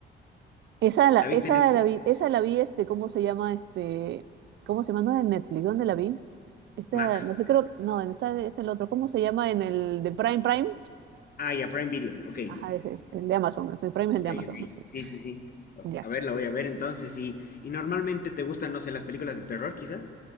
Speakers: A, on the right (about 65°); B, on the left (about 50°).
A: Esa la,
B: ¿La viste
A: esa
B: en Netflix?
A: la vi, esa la vi, este, ¿cómo se llama? Este, ¿cómo se llama? No era en Netflix, ¿dónde la vi? Esta,
B: Max.
A: no sé, creo, no, en esta, este el otro, ¿cómo se llama? En el de Prime Prime.
B: Ah, ya, Prime Video. Ok.
A: Ajá, ese, el de Amazon, el Prime es
B: Ok,
A: el de Amazon,
B: ok.
A: ¿no? Sí,
B: Sí, sí, sí. O-
A: Ya.
B: A ver, la voy a ver entonces. Y, y normalmente te gustan, no sé, las películas de terror, quizás.